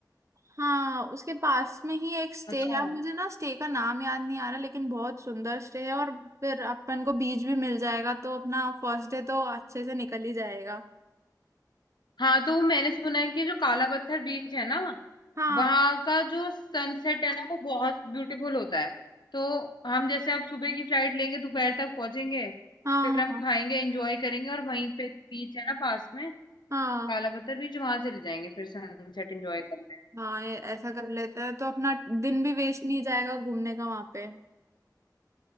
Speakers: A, on the right; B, on the left.
A: हाँ उसके पास में ही एक स्टे
B: अच्छा
A: है
B: हाँ
A: अब मुझे ना स्टे का नाम याद नहीं आ रहा लेकिन बहुत सुंदर स्टे है और फिर अपन को बीच भी मिल जाएगा तो अपना फर्स्ट डे तो अच्छे से निकल ही जाएगा
B: हाँ तो मैंने सुना है कि जो काला पत्थर बीच है ना
A: हाँ
B: वहां का जो सनसेट है ना वो बहुत ब्यूटीफुल होता है तो हम जैसे अब सुबह की फ्लाइट लेंगे दोपहर तक पहुंचेंगे
A: हाँ
B: फिर हम
A: हाँ
B: खाएंगे एंजॉय करेंगे और वहीं पे जो बीच है ना पास में
A: हाँ
B: काला पत्थर बीच वहां चले जाएंगे फिर सनसेट एंजॉय करने
A: हाँ ये ऐसा कर लेते हैं तो अपना दिन भी वेस्ट नहीं जाएगा घूमने का वहाँ पे